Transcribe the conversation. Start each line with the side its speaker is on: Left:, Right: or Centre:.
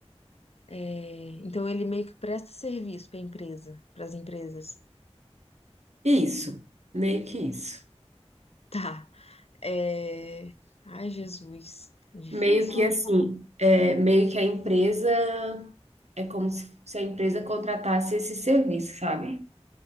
Left: É, então ele meio que presta serviço pra empresa, pras empresas.
Right: Isso, meio que isso.
Left: Tá. É... Ai, Jesus. Difícil,
Right: Meio que
Left: hein?
Right: assim, é, meio que a empresa é como se, se a empresa contratasse esse serviço, sabe?